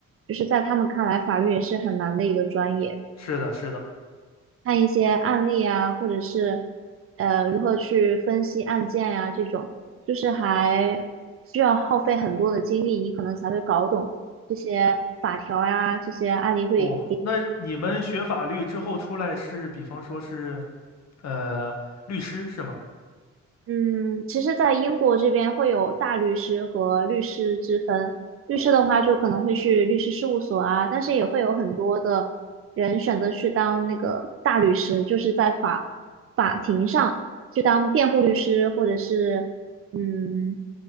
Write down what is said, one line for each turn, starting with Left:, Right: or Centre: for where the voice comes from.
Right: 就是在他们看来，法律也是很难的一个专业。
Left: 是的，是的，
Right: 看一些案例啊，或者是呃如何去分析案件呀、这种，就是还需要耗费很多的精力，你可能才会搞懂这些法条呀、这些案例会。
Left: 哦，那你们学法律之后出来是，比方说是，呃，律师是吗？
Right: 嗯，其实，在英国这边会有大律师和律师之分。律师的话，就可能会去律师事务所啊，但是也会有很多的人选择去当那个大律师，就是在法法庭上去当辩护律师，或者是嗯，